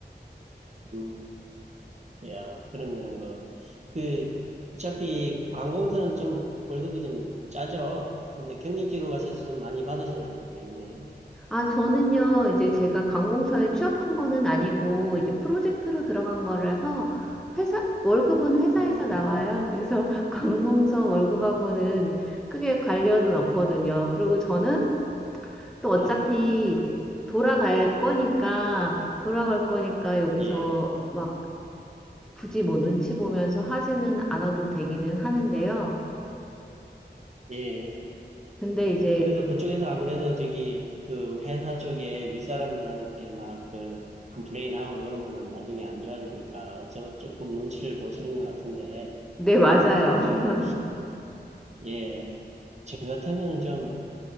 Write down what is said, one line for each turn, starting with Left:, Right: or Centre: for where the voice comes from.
Right: 음. 야, 그러면은 그 그, 어차피 관공서는 좀 월급이 좀 짜죠. 근데 경력직으로 가셔서 좀 많이 받으시나 모르겠네.
Centre: 아, 저는요, 이제 제가 관공서에 취업한 거는 아니고 이제 프로젝트로 들어간 거라서 회사 월급은 회사에서
Right: 음,
Centre: 나와요. 그래서 <laughs> 관공서 월급하고는 크게 관련은 없거든요. 그리고 저는 또 어차피
Right: 아,
Centre: 돌아갈 거니까 돌아갈 거니까 여기서
Right: 예,
Centre: 막 굳이 뭐 눈치 보면서 하지는 않아도 되기는 하는데요.
Right: 예.
Centre: 근데 이제
Right: 그래서 그쪽에서 아무래도 저기 그 회사 쪽에 윗사람들한테 막 그 컴플레인하고 그러면은 나중에 안 좋아지니까 저 조금 눈치를 보시는 것 같은데
Centre: 네, 맞아요.
Right: 그,
Centre: <laughs>
Right: 예. 저 같으면 좀